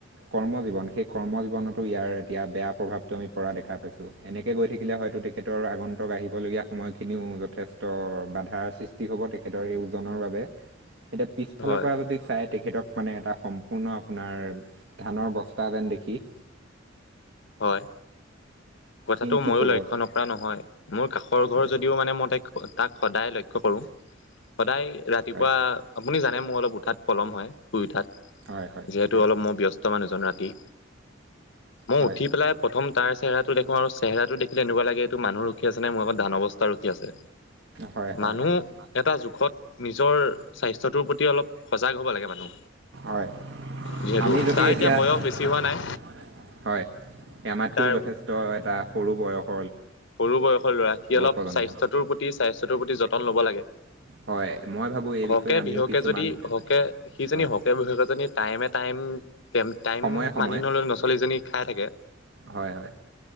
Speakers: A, on the right; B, on the left.
A: কৰ্ম জীৱন সেই কৰ্ম জীৱনতো ইয়াৰ এতিয়া বেয়া প্ৰভাৱটো আমি পৰা দেখা পাইছো এনেকে গৈ থাকিলে হয়তো তেখেতৰ আগন্তক আহিবলগীয়া সময়খিনিও যথেষ্ট বাধাৰ সৃষ্টি হ'ব তেখেতৰ এই ওজনৰ বাবে এতিয়া পিছফালৰ
B: হয়
A: পৰা যদি চাই তেখেতক মানে এটা সম্পূৰ্ণ আপোনাৰ ধানৰ বস্তা যেন দে সিক
B: হয়। কথাটো
A: কি
B: ময়ো
A: ক'ব
B: লক্ষ্য নকৰা নহয় মোৰ কাষৰ ঘৰ
A: হয়
B: যদিও মানে মই ত তাক সদায় লক্ষ্ লক্ষ্য কৰোঁ সদায় ৰাতিপুৱা
A: হয়
B: আপুনি জানে মোৰ অলপ উঠাত পলম হয় শুই উঠাত।
A: হয় হয়
B: যিহেতু
A: হয়
B: অলপ মই ব্যস্ত মানুহজন ৰাতি মই
A: হয়
B: উঠি পেলাই প্ৰথম তাৰ চেহৰাত দেখো আৰু চেহেৰাটো দেখিলেনেকুৱা লাগে এইটো মানুহ ৰখি আছে নাই মোৰপ ধানৰ বস্তা ৰখি আছে।
A: হয় হয়
B: মানুহ
A: হয়
B: এটা জোখত নিজৰ স্বাস্থ্যটোৰ প্ৰতি অলপ সজাগ হ'ব লাগে মানুহ
A: হয়
B: যিহেতু
A: আমি যদি
B: তাৰ এতিয়া বয়স বেছি
A: হয়
B: হোৱা নাই।
A: হয় আমাতকৈও
B: তাৰ
A: যথেষ্ট এটা সৰু বয়স
B: সৰু বয়সৰ ল'ৰা সি অলপ
A: প্ৰজন্ম
B: স্বাস্থ্যটোৰ প্ৰতি স্বাস্থ্যটোৰ প্ৰতি যতন ল'ব লাগে।
A: হয়। মই ভাবোঁ এই
B: হকে
A: বিষয়ে আমিও
B: বিহুকে
A: কিছুমান
B: যদি হকে সিজনী
A: হয়
B: হকে বিহুকেজনী টাইমে টাইম টাইম
A: সময়ে সময়ে
B: মানি নলে ন' ছোৱালীজনী খাই থাকে।
A: হয় হয়